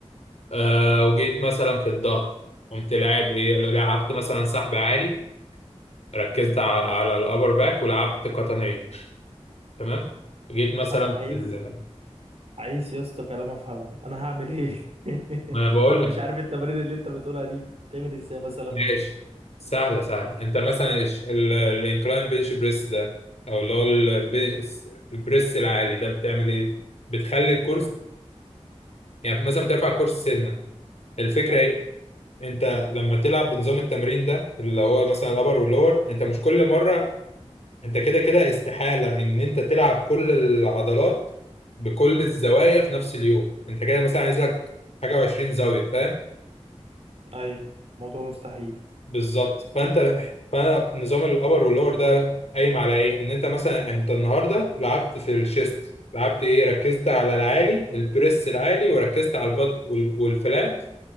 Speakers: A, on the left (about 65°); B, on the right (about 60°).
A: آه وجيت مثلا في الظهر قمت لاعب ايه لعبت مثلا سحب عالي ركزت ع- على الأبر باك ولعبت قطنية تمام جيت مثلا
B: انا عايز
A: في ال...
B: عايز يا اسطى كلام افهمه انا هعمل ايه <laughs>
A: ما أنا بقول
B: انا مش
A: لك
B: عارف التمارين اللي انت بتقولها دي بتعمل ازاي مثلا
A: ماشي سهلة سهلة أنت مثلا الش- ال... الانكلاين بنش بريس ده أو اللي هو ال- البنش البريس العالي ده بتعمل إيه؟ بتخلي الكرسي
B: آه.
A: يعني مثلا بترفع الكرسي سنة الفكرة
B: ايوه
A: إيه؟ أنت لما تلعب بنظام التمرين ده اللي هو مثلا الأبر واللور أنت مش كل مرة انت كده كده استحالة ان انت تلعب كل العضلات بكل الزوايا في نفس اليوم انت كده مثلا عايز لك حاجة و20 زاوية فاهم
B: ايوه موضوع مستحيل
A: بالظبط فانت فانا نظام الابر واللور ده قايم على ايه ان انت مثلا انت النهاردة لعبت في الشيست لعبت ايه ركزت على العالي البريس العالي وركزت على البط وال- والفلات